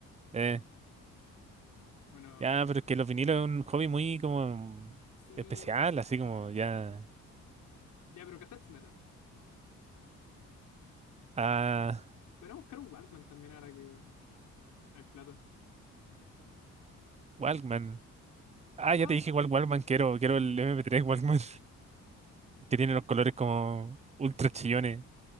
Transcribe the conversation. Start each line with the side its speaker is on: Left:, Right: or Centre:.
Right: Eh,
Left: Bueno,
Right: ya, pero es que los vinilos es un hobby muy como
Left: sí.
Right: especial,
Left: eh,
Right: así como ya.
Left: Ya, pero cassettes metal.
Right: Ah,
Left: Podríamos buscar un Walkman también ahora que hay plata.
Right: Walkman. Ah, ya
Left: Walkman.
Right: te dije cuál Walkman quiero, quiero
Left: Sí.
Right: el mp tres Walkman, <laughs> que tiene los colores como ultra chillones.